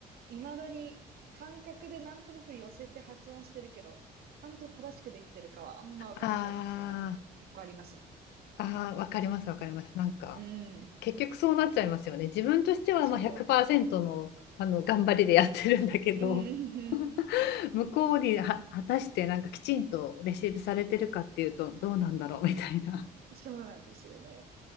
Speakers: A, on the right; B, on the left.
A: 未だに感覚でなんとなく寄せて発音してるけど、ちゃんと正しくできてるかはあんま分かってないみたいな、
B: ああ。
A: 結構ありますね。
B: ああ、わかります、わかります。なんか、
A: うん。
B: 結局そうなっちゃいますよね。自分としてはまあ100%
A: そ
B: の、あの頑張りでやってるんだけど、
A: う。うんうんうん。
B: <laughs> 向こうには果たしてなんかきちんとレシーブされてるかっていうと、どうなんだろうみたいな。
A: <laughs> そうなんですよね。